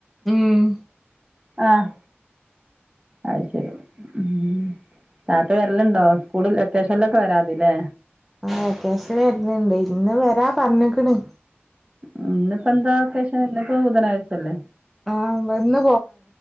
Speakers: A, in the centre; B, on the right (about 25°).
A: ഉം
B: ആഹ് അത് ശരി ഉം താത്ത വരല്ണ്ടോ സ്കൂളിൽ ലൊക്കേഷനിലൊക്കെ വരാതില്ലേ
A: ആ വെക്കേഷൽ വര്ന്ന്ണ്ട് ഇന്ന് വരാ പറഞ്ഞ്ക്ക്ണ്
B: ഉം ഇന്ന്പ്പെന്താ വെക്കേഷൻ ഇന്ന്പ്പ ബുധനാഴ്ചല്ലേ
A: ആഹ് വന്ന്